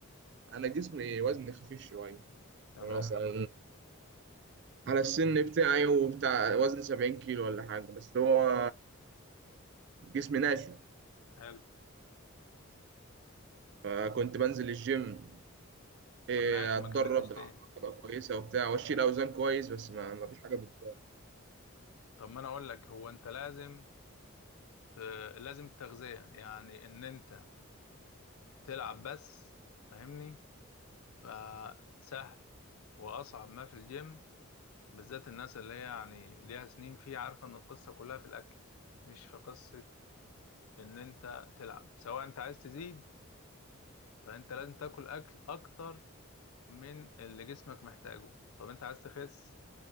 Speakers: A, on the right; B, on the left.
A: انا جسمي وزني خفيف شويه
B: تمام
A: يعني مثلا على السن بتاعي وبتاع وزن 70 كيلو ولا حاجه بس هو جسمي ناشف
B: حلو
A: فكنت بنزل الجيم إيه،
B: طب ماشي
A: اتدرب
B: ما كملتش
A: بالعضلات
B: ليه
A: تبقى كويسه وبتاع واشيل اوزان كويس بس ما ما فيش حاجه بت
B: طب ما انا اقول لك هو انت لازم آه، لازم التغذية يعني ان انت تلعب بس فاهمني فسهل هو اصعب ما في الجيم بالذات الناس اللي هي يعني ليها سنين فيه عارفة ان القصة كلها في الاكل مش في قصة ان انت تلعب سواء انت عايز تزيد فانت لازم تاكل اكل اكتر من اللي جسمك محتاجه طب انت عايز تخس